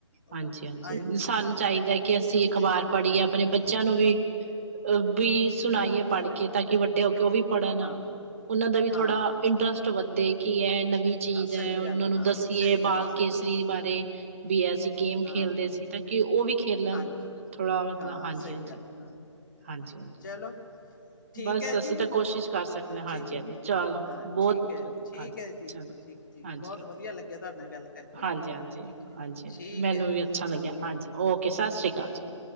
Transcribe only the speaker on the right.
ਹਾਂਜੀ-ਹਾਂਜੀ
ਸਾਨੂੰ
ਚਾਈਦਾ ਕਿ ਅਸੀਂ
ਅਖ਼ਬਾਰ
ਪੜ੍ਹੀਏ, ਅਪਨੇ
ਬੱਚਿਆਂ ਨੂੰ ਵੀ ਅ ਵੀ ਸੁਣਾਈਏ
ਪੜ੍ਹ ਕੇ ਤਾਂ ਕਿ ਵੱਡੇ ਹੋ ਕੇ ਓ ਵੀ ਪੜ੍ਹਨ।
ਅਪਨਾ
ਓਨਾਂ ਦਾ ਵੀ
ਥੋੜਾ
ਇੰਟਰਸਟ
ਵੱਧੇ ਕਿ ਐ ਨ ਵੀ ਚੀਜ਼
ਐ, ਉਹਨਾਂ
ਨੂੰ
ਦੱਸੀਏ
ਬਾਲ
ਕੇਸਰੀ
ਬਾਰੇ
ਵੀ ਏ ਅਸੀਂ ਗੇਮ
ਖੇਲਦੇ
ਸੀ ਤਾਂ ਕਿ ਓ ਵੀ ਖੇਲਣ
ਥੋੜਾ ਮਤਲਬ
ਹਾਂਜੀ-ਹਾਂਜੀ।
ਹਾਂਜੀ-ਹਾਂਜੀ।
ਬਸ
ਅਸੀਂ
ਤਾਂ ਕੋਸ਼ਿਸ਼ ਕਰ ਸਕਦੇ
ਆ
ਹਾਂਜੀ-ਹਾਂਜੀ ਚਲੋ
ਬਹੁਤ
ਹਾਜੀ
ਚਲੋ
ਹਾਂਜੀ,
ਹਾਂਜੀ-ਹਾਂਜੀ-ਹਾਂਜੀ
ਮੈਨੂੰ
ਵੀ ਅੱਛਾ ਲੱਗਿਆ ਹਾਂਜੀ ਓਕੇ ਸਤਿ ਸ਼੍ਰੀ ਅਕਾਲ ਜੀ।